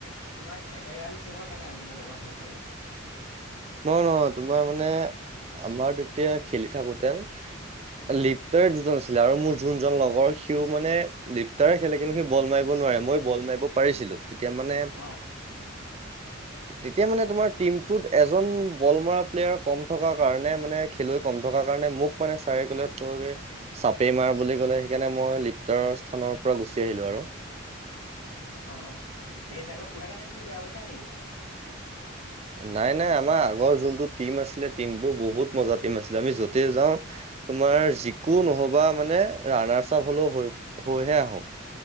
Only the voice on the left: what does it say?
তোমাক এটেকাৰলে কিহৰ কাৰণে আনিব লগা হ'ল চাগে?
উম
অ',
অ', ঠিকে আছে, আকৌ সুধা কাৰণে তুমি বেয়া পাইছা নেকি বাৰু?